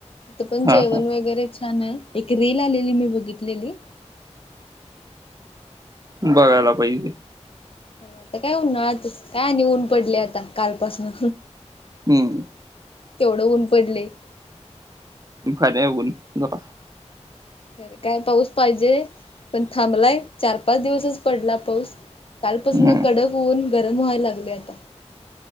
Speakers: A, on the left; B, on the right.
A: तिथ पण
B: हा
A: जेवण
B: हा
A: वगैरे छान आहे एक रेल आलेली मी बघितलेली
B: बघायला
A: त्यामुळे
B: पाहिजे
A: हो आता काय होऊन आता काय ऊन पडले आता कालपासन
B: हम्म
A: तेवढं ऊन पडले
B: फाऊन ग
A: खरं काय पाऊस पाहिजे पण थांबलाय चार पाच दिवसच पडला पाऊस कालपासून
B: हम्म
A: कडक होऊन गरम व्हायला लागले आता